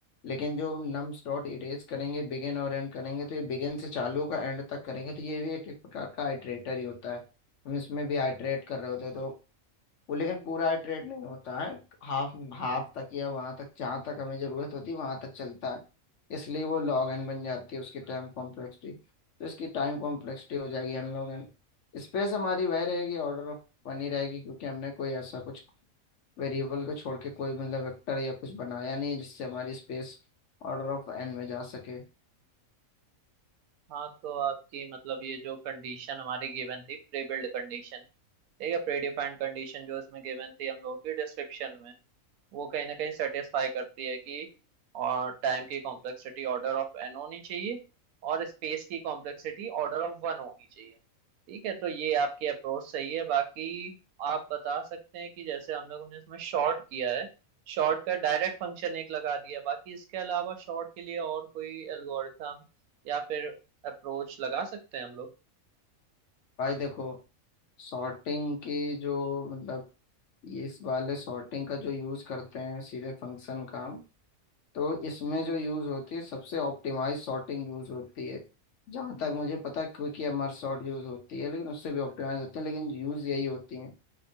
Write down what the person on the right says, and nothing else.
हाँ तो आपकी मतलब ये जो कंडीशन हमारी गिवन थी प्री बिल्ड कंडीशन ठीक है प्री डिफाइंड कंडीशन जो इसमें गिवन थी हम लोगों की डिस्क्रिप्शन में वो कहीं ना कहीं सेटिस्फाई करती है कि और टाइम की कॉम्प्लेक्सिटी ऑर्डर ऑफ एन होनी चाहिए और स्पेस की कॉम्प्लेक्सिटी ऑर्डर ऑफ वन होनी चाहिए ठीक है तो ये आपकी अप्रोच सही है बाकी आप बता सकते हैं कि जैसे हम लोगों ने इसमें शॉर्ट किया है शॉर्ट का डायरेक्ट फंक्शन एक लगा दिया बाकी इसके अलावा शॉर्ट के लिए और कोई एल्गोरिथम या फिर अप्रोच लगा सकते हैं हम लोग